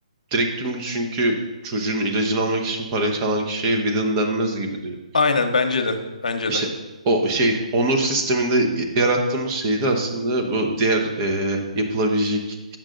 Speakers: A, on the right; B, on the left.
A: direkt dümdüz çünkü çocuğun ilacını almak için parayı çalan kişiye villain denmez gibi diyor.
B: Aynen bence de. Bence
A: İşte
B: de.
A: o şey onur sisteminde y- yarattığımız şey de aslında bu diğer e, yapılabilecek